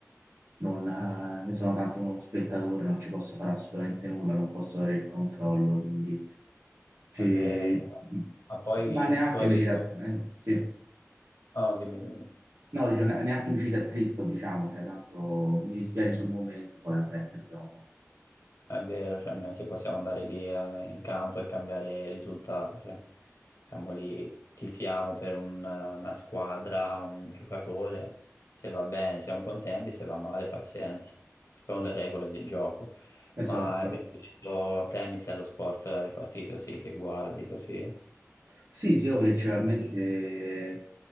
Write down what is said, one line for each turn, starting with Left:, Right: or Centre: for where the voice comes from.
Right: non eh, sono tanto uno spettatore, non ci posso fare assolutamente nulla, non posso avere il controllo, quindi ci-
Left: È vero, è vero. Ma poi
Right: ma neanche
Left: tu hai
Right: mi
Left: detto...
Right: ci da- eh, sì.
Left: Ah, no, dimmi, dimmi.
Right: No, dicevo, ne- neanche mi ci attristo, diciamo, cioè tanto mi dispiace sul momento, poi vabbè, che dobbiamo fare.
Left: È vero, cioè non è che possiamo andare lì eh, in campo e cambiare risultato, cioè, siamo lì, tifiamo per un- una squadra, un giocatore, se va bene siamo contenti, se va male pazienza, sono le regole del gioco. Ma
Right: Esatto.
Left: invece hai detto tennis è lo sport, le partite sì che guardi così,
Right: Sì, sì, io principalmente